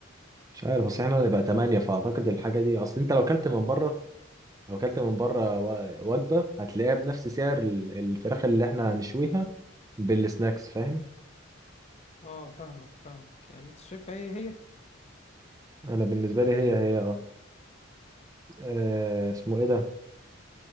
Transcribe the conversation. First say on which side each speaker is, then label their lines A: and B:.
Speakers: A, on the right (about 20°); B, on the left (about 35°).
A: مش عارف أصل إحنا هنبقى تمانية فأعتقد الحاجة دي أصل أنت لو أكلت من بره لو أكلت من بره و- وجبة هتلاقيها بنفس سعر ال- الفراخ اللي إحنا هنشويها بالسناكس فاهم
B: اه فاهمك فاهمك يعني انت شايف ايه هي
A: أنا بالنسبة لي هي هي أه آه، اسمه إيه ده